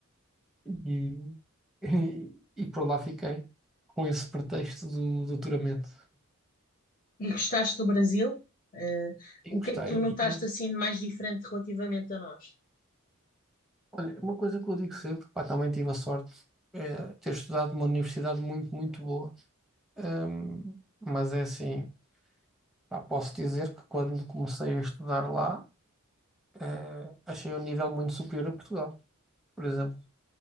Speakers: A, in the centre; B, on the left.
A: e, e, e por lá fiquei com esse pretexto do doutoramento.
B: E gostaste do Brasil? Eh,
A: E
B: o
A: gostei,
B: que é que tu
A: gostei
B: notaste
A: muito.
B: assim de mais diferente relativamente a nós?
A: Olha, uma coisa que eu digo sempre, pá, também tive a sorte eh, de ter estudado numa universidade muito, muito boa. Ahm, mas é assim, pá, posso dizer que quando comecei a estudar lá, eh, achei o nível muito superior a Portugal. por exemplo.